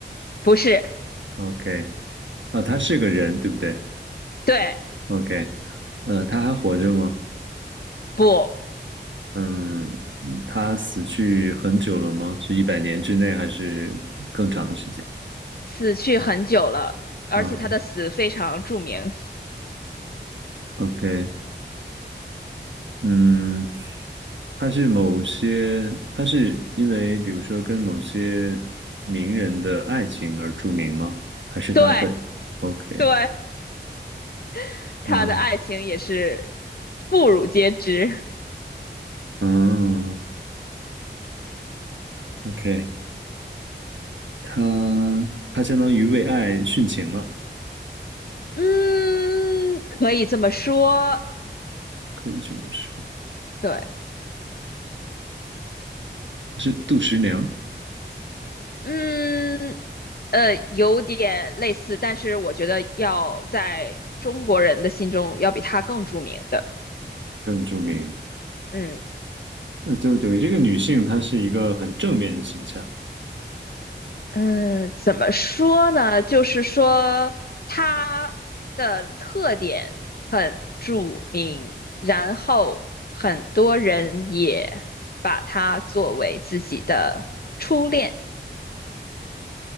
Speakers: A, on the left; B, on the right.
A: 不是，
B: ？OK，啊，他是个人，对不对
A: 对，
B: ？OK，嗯，他还活着吗？
A: 不，
B: 嗯，他死去很久了吗？是一百年之内还是更长的时间？
A: 死去很久了，而且他的死非常著名。
B: 嗯，OK，嗯，他是某些，他是因为比如说跟某些名人的爱情而著名吗？还是他本？OK，
A: 对对，<laughs> 他的爱情也是
B: 嗯
A: 妇孺皆知。
B: 嗯，OK，他他相当于为爱殉情了，
A: 嗯，可以这么说。
B: 可以这么说，
A: 对，
B: 是杜十娘
A: 嗯，呃，有点类似，但是我觉得要在中国人的心中要比他更著名的。
B: 更著名。
A: 嗯。
B: 那就等于这个女性，她是一个很正面的形象，
A: 嗯，呃怎么说呢？就是说她的特点很著名，然后很多人也把她作为自己的初恋，